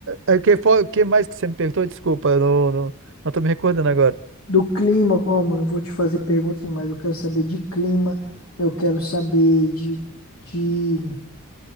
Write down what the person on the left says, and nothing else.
Do clima, ó, mano, eu vou te fazer perguntas demais. Eu quero saber de clima, eu quero saber de, de